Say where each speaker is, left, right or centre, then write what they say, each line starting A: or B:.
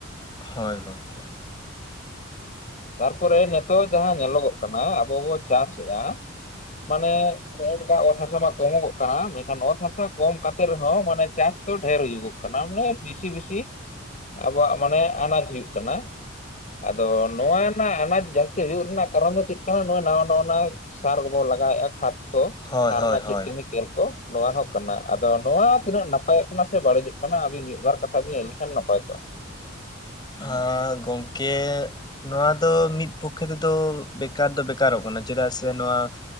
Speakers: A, on the left (about 20°); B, on the left (about 40°).
A: ᱦᱳᱭ ᱜᱚᱢᱠᱮ
B: ᱛᱟᱨᱯᱚᱨᱮ ᱱᱤᱛᱚᱜ ᱡᱟᱦᱟᱸ ᱧᱮᱞᱚᱜᱚᱜ ᱠᱟᱱᱟ ᱟᱵᱚ ᱵᱚ ᱪᱟᱥ ᱮᱟ ᱢᱟᱱᱮ ᱱᱚᱜ-ᱚᱭ ᱱᱚᱝᱠᱟ ᱚᱛ ᱦᱟᱥᱟ ᱢᱟ ᱠᱚᱢᱚᱜᱚᱜ ᱠᱟᱱᱟ ᱢᱮᱱᱠᱷᱟᱱ ᱚᱛ ᱦᱟᱥᱟ ᱠᱚᱢ ᱠᱟᱛᱮᱜ ᱨᱮᱦᱚᱸ ᱢᱟᱱᱮ ᱪᱟᱥ ᱛᱚ ᱰᱷᱮᱨ ᱦᱩᱭᱩᱜᱚᱜ ᱠᱟᱱᱟ ᱢᱟᱱᱮ ᱵᱮᱥᱤ ᱵᱮᱥᱤ ᱟᱵᱚᱣᱟᱜ ᱢᱟᱱᱮ ᱟᱱᱟᱡ ᱦᱩᱭᱩᱜ ᱠᱟᱱᱟ᱾ ᱟᱫᱚ ᱱᱚᱣᱟ ᱨᱮᱱᱟᱜ ᱟᱱᱟᱡ ᱡᱟᱹᱥᱛᱤ ᱦᱩᱭᱩᱜ ᱨᱮᱱᱟᱜ ᱠᱟᱨᱚᱱ ᱫᱚ ᱪᱮᱫ ᱠᱟᱱᱟ ᱱᱚᱣᱟ ᱱᱟᱣᱟ ᱱᱟᱣᱟᱱᱟᱜ ᱥᱟᱨ ᱠᱚᱵᱚ ᱞᱟᱜᱟᱣᱮᱫ-ᱟ ᱠᱷᱟᱫ ᱠᱚ
A: ᱦᱳᱭ
B: ᱟᱨᱚᱱᱟ
A: ᱦᱳᱭ
B: ᱨᱮᱱᱟᱜ
A: ᱦᱳᱭ
B: ᱪᱮᱫ ᱠᱟᱹᱢᱤ ᱠᱮᱞ ᱠᱚ ᱱᱚᱣᱟ ᱦᱚᱸ ᱠᱟᱱᱟ ᱟᱫᱚ ᱱᱚᱣᱟ ᱛᱤᱱᱟᱹᱜ ᱱᱟᱯᱟᱭᱚᱜ ᱠᱟᱱᱟ ᱥᱮ ᱵᱟᱹᱲᱤᱡᱚᱜ ᱠᱟᱱᱟ ᱟᱹᱵᱤᱱ ᱢᱤᱫ ᱵᱟᱨ ᱠᱟᱛᱷᱟ ᱠᱷᱟᱛᱟ ᱵᱤᱱ ᱞᱟᱹᱭ ᱞᱮᱠᱷᱟᱱ ᱱᱟᱯᱟᱭ ᱠᱚᱣᱟ
A: ᱟᱻ ᱜᱚᱢᱠᱮ ᱱᱚᱣᱟ ᱫᱚ ᱢᱤᱫ ᱯᱚᱠᱠᱷᱮ ᱛᱮᱫᱚ ᱵᱮᱠᱟᱨ ᱫᱚ ᱵᱮᱠᱟᱨᱚᱜ ᱠᱟᱱᱟ ᱪᱮᱫᱟᱜ ᱥᱮ ᱱᱚᱣᱟ